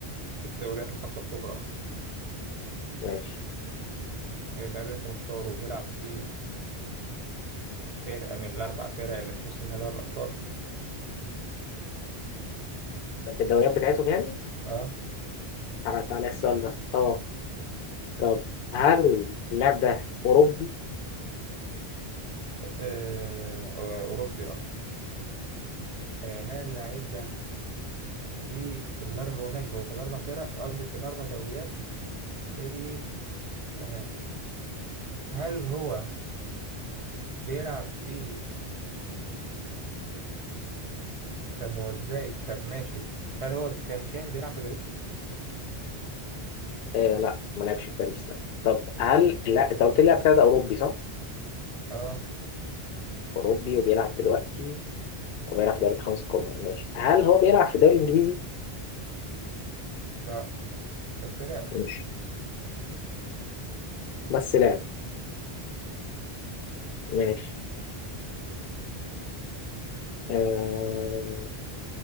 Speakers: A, on the right (about 50°); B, on the left (about 65°).
A: في الدوريات الخمسه الكبرى
B: ماشي
A: اللاعب اللي انت مختاره بيلعب في فرقه من الاربع فرق اللي في نص نهائي دوري الابطال
B: الدوريات بتاعتهم يعني
A: اه
B: تعالى تعالى السؤال ده اه طب هل اللاعب ده أوروبي
A: آه، اوروبي اه آه، هل اللاعب ده في الاربع هو ماشي هو في الاربع فرق قصدي في الاربع دوريات اللي تمام هل هو بيلعب في طب هو ازاي طب ماشي هل هو كان كان بيلعب في باريس؟
B: آه لا ما لعبش في باريس لا طب هل لا انت قلت لي لاعب ده اوروبي صح؟
A: اه
B: اوروبي وبيلعب دلوقتي وبيلعب في دوري الخمسة الكبرى ماشي هل هو بيلعب في الدوري الانجليزي؟
A: لا بس لا
B: ماشي بس لاعب ماشي آه...